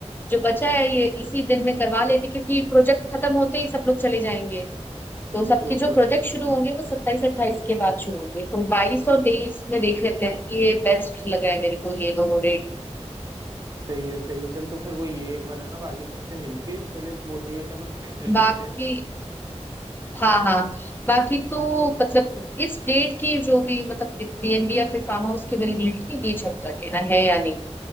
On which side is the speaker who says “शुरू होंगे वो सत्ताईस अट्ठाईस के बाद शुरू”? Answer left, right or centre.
Left